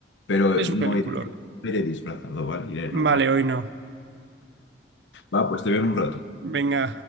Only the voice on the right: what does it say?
es
un peliculón.
Vale,
hoy no.
Venga.